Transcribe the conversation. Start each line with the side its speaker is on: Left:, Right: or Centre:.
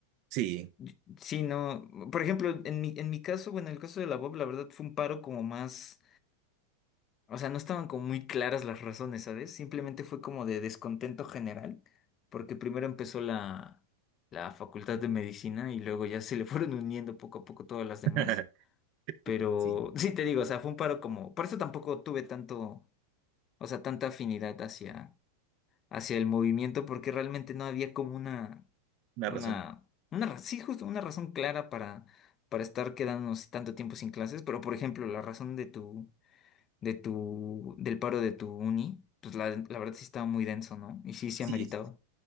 Right: Sí,
Left: Y- Sí, no, por ejemplo, en mi, en mi caso, bueno, en el caso de la Bob, la verdad fue un paro como más, o sea, no estaban como muy claras las razones, ¿sabes? Simplemente fue como de descontento general, porque primero empezó la, la Facultad de Medicina y luego ya se le <laughs> fueron uniendo poco a poco todas las demás.
Right: <laughs>
Left: Pero
Right: sí,
Left: sí te digo, o sea, fue un paro como, por eso tampoco tuve tanto, o sea, tanta afinidad hacia hacia el movimiento porque realmente no había como una,
Right: una
Left: una,
Right: razón.
Left: una, ra- sí, justo una razón clara para, para estar quedándonos tanto tiempo sin clases, pero por ejemplo, la razón de tu, de tu, del paro de tu uni, pues la, la verdad sí estaba muy denso, ¿no? Y sí, sí
Right: Sí,
Left: ameritaba.